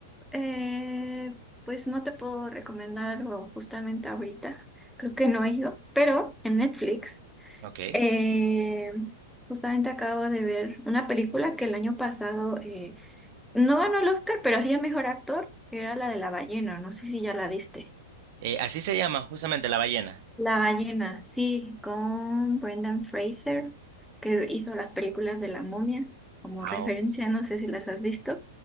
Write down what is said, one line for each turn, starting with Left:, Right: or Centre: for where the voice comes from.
Centre: eh, pues no te puedo recomendar algo justamente ahorita, creo que no he ido, pero en Netflix,
Right: Ok.
Centre: eh, justamente acabo de ver una película que el año pasado eh, no ganó el Oscar, pero sí el mejor actor, que era la de la ballena, no sé si ya la viste.
Right: Eh, así se llama justamente La Ballena.
Centre: La ballena, sí, con Brendan Fraser, que hizo las películas de la momia como
Right: Ah,
Centre: referencia,
Right: o-
Centre: no sé si las has visto.